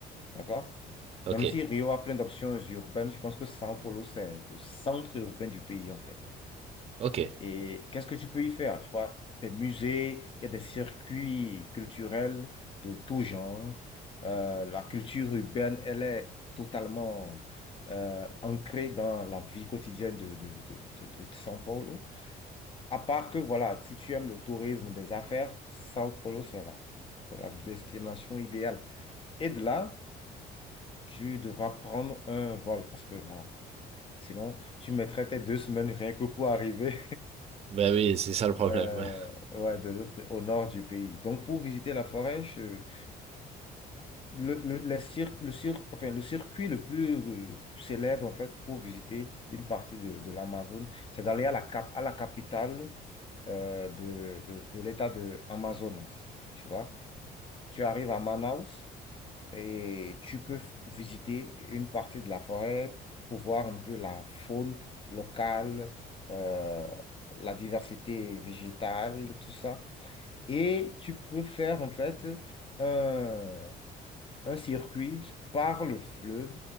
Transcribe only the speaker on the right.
Ok,
ok.
Ben oui, c'est ça le problème,
ouais.